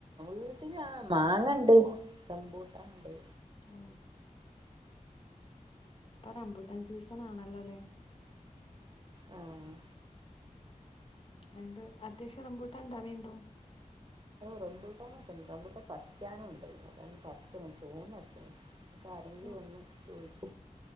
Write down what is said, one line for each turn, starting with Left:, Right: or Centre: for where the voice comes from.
Right: വീട്ടിലാ മാങ്ങണ്ട് റംമ്പൂട്ടാൻ ഉണ്ട്
Left: ഓ ഇപ്പൊ റംമ്പൂട്ടാൻ സീസൺ ആണല്ലോല്ലേ
Right: ആഹ്
Left: അതണ്ട് അത്യാവശ്യം റമ്പൂട്ട ഇണ്ടാവണ്ടോ
Right: റമ്പൂട്ടാനൊക്കണ്ട് പറിക്കാനും ഉണ്ട്ന്ന് പറിക്കണം ചോന്നക്കണം ഇപ്പ ആരെങ്കിലും
Left: ഓ
Right: ഒന്ന് ചോദിച്ച